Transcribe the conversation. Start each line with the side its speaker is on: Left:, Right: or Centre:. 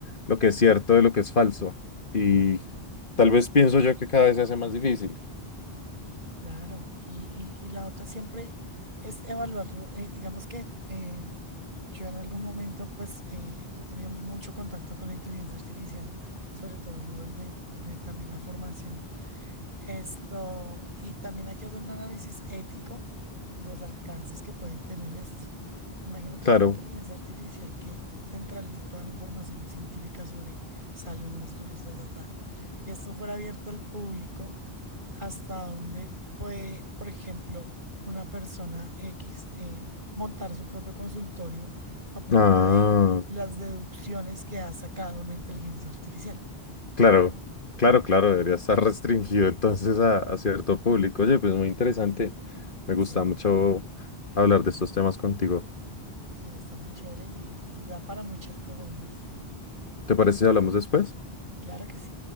Left: lo que es cierto de lo que es falso. Y tal vez pienso yo que cada vez se hace más difícil.
Right: claro. Y, y, y la otra siempre es evaluarlo. Eh, digamos que eh, yo en algún momento pues eh, he tenido mucho contacto con la inteligencia artificial, sobre todo desde, desde también la formación. Esto, y también hay que hacer un análisis ético, los alcances que puede tener esto. Imagínate
Left: Claro.
Right: una inteligencia artificial que centralice toda la información científica sobre salud, estudios, ta, ta, ta. Y esto fuera abierto al público, hasta donde puede, por ejemplo, una persona X eh, montar su propio consultorio a punta
Left: Ah,
Right: de las deducciones que ha sacado una inteligencia artificial.
Left: claro, claro, claro, debería estar <laughs> restringido entonces a, a cierto público. Oye, pues muy interesante. Me gusta
Right: Sí.
Left: mucho hablar de estos temas contigo.
Right: Sí, está muy chévere y, y da para muchas cosas más.
Left: ¿Te parece si hablamos después?
Right: Claro que sí.